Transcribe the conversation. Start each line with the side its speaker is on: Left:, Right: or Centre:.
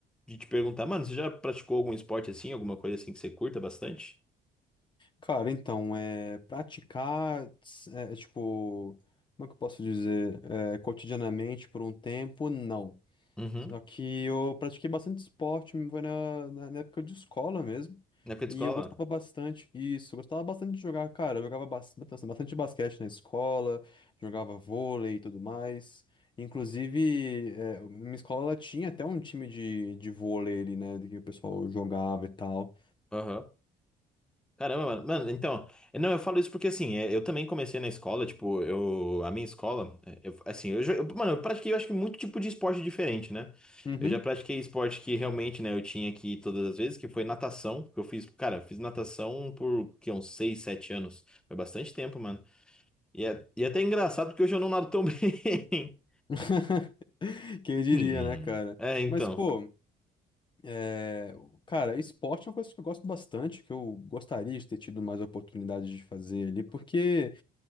Centre: de te perguntar, mano, você já praticou algum esporte assim, alguma coisa assim que você curta bastante?
Left: Cara, então, é, praticar, é, é, tipo, como é que eu posso dizer? É, cotidianamente por um tempo, não.
Centre: Uhum.
Left: Só que eu pratiquei bastante esporte, foi na, na na época de escola mesmo.
Centre: Na época de
Left: E
Centre: escola?
Left: eu gostava bastante, isso, eu gostava bastante de jogar, cara. Eu jogava bas- bastante, bastante basquete na escola, jogava vôlei e tudo mais. Inclusive, é, minha escola ela tinha até um time de, de vôlei ali, né? Que o pessoal jogava e tal.
Centre: Aham. Caramba, mano. Mano, então, não, eu falo isso porque assim, é, eu também comecei na escola, tipo, eu, a minha escola, é, eu- assim, eu, já- eu- mano, eu pratiquei, eu acho que muito tipo de esporte diferente, né?
Left: Uhum.
Centre: Eu já pratiquei esporte que realmente, né, eu tinha que ir todas as vezes, que foi natação, que eu fiz, cara, fiz natação por, que, uns 6 7 anos. Foi bastante tempo, mano. E é, e é até engraçado porque hoje eu não nado tão <laughs> bem.
Left: <laughs> Quem diria,
Centre: Hum.
Left: né, cara?
Centre: É, então.
Left: Mas, pô. É, cara, esporte é uma coisa que eu gosto bastante, que eu gostaria de ter tido mais oportunidade de fazer ali, porque.